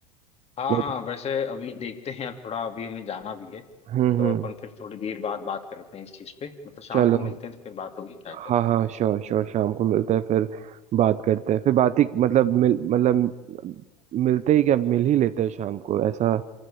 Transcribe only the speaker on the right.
नहीं
तो,
हम्म
हम्म
चलो
हाँ
हाँ श्योर श्योर शाम को मिलते हैं फिर बात करते हैं फिर बात ही मतलब मिल मतलब मिलते ही क्या मिल ही लेते हैं शाम को ऐसा